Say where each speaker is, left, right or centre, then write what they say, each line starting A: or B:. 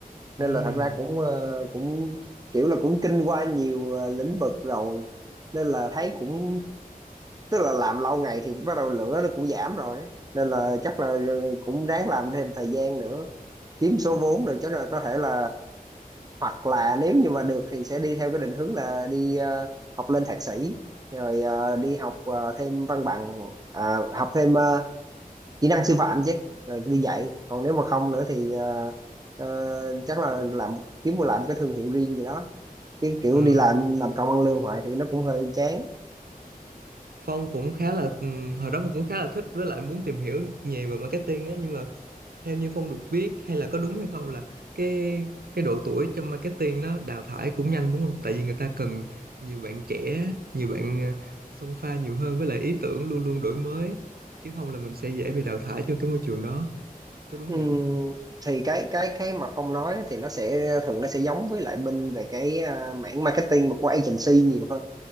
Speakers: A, on the right; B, on the right.
A: nên
B: Ừm,
A: là thật ra cũng ờ, cũng kiểu là cũng kinh qua nhiều ờ, lĩnh vực rồi nên là thấy cũng tức là làm lâu ngày thì bắt đầu lửa nó cũng giảm rồi ấy. nên là chắc là à, cũng ráng làm thêm thời gian nữa kiếm số vốn rồi chắc là có thể là hoặc là nếu như mà được thì sẽ đi theo cái định hướng là đi ờ, học lên thạc sĩ rồi ờ, đi học ờ, thêm văn bằng à, học thêm ờ, kỹ năng sư phạm chứ rồi đi dạy còn nếu mà không nữa thì ờ, ờ, chắc là làm kiếm một làm cái thương hiệu riêng gì đó chứ kiểu
B: ờ.
A: đi làm làm công ăn lương hoài thì nó cũng hơi chán
B: Phong cũng khá là ừm, hồi đó Phong cũng khá là thích với lại muốn tìm hiểu nhiều về marketing á nhưng mà theo như Phong được biết hay là có đúng hay không là cái cái độ tuổi trong marketing nó đào thải cũng nhanh đúng không? Tại vì người ta cần nhiều bạn trẻ, nhiều bạn ờ, xông pha nhiều hơn với lại ý tưởng luôn luôn đổi mới chứ không là mình sẽ dễ bị đào thải trong cái môi trường đó. Có đúng
A: Ừm,
B: vậy không?
A: thì cái cái cái mà Phong nói thì nó sẽ thường nó sẽ giống với lại bên về cái ờ, mảng marketing mà của agency nhiều hơn